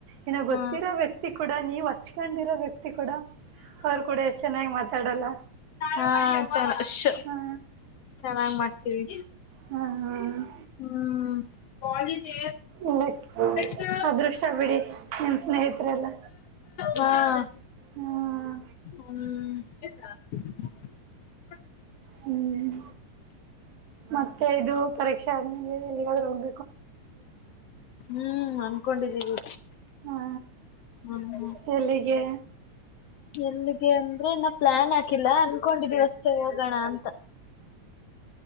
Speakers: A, on the right (about 80°); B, on the left (about 75°).
A: ಇನ
B: ಹಾ
A: ಗೊತ್ತಿರೋ ವ್ಯಕ್ತಿ ಕೂಡ ನೀವ್ ಹಚ್ಕೊಂಡಿರೋ ವ್ಯಕ್ತಿ ಕೂಡ ಅವರು ಕೂಡ ಎಷ್ಟು ಚೆನ್ನಾಗಿ ಮಾತಾಡಲ್ಲ
B: ಹಾ ಚ
A: ಹಾ
B: ಚೆನ್ನಾಗಿ ಮಾಡ್ತೀವಿ.
A: ಹಾ
B: ಹ್ಮ್ ಕಾಲಿಜ್
A: ಇಲ್ಲ
B: ಕ
A: ಅದೃಷ್ಟ ಬಿಡಿ ನಿಮ್ ಸ್ನೇಹಿತರೆಲ್ಲ
B: ಹಾಂ.
A: ಹ್ಮ
B: ಹ್ಮ್
A: ಹ್ಮ್ ಮತ್ತೆ ಇದು ಪರೀಕ್ಷೆ ಆದ್ಮೇಲೆ ಎಲ್ಲಿಗಾದ್ೂ ಹೋಗ
B: ಹ್ಮ್ ಅನ್ಕೊಂಡಿದ್ದೀವಿ
A: ಹಾ
B: ಹ್ಮ್
A: ಎಲ್ಲಿಗೆ
B: ಎಲ್ಲಿಗೆ ಅಂದ್ರೆ ಪ್ಲಾನ್ ಹಾಕಿಲ್ಲ ಅನ್ಕೊಂಡಿದೀವಸ್ೇ ಹೋಗೋಣ ಅಂತ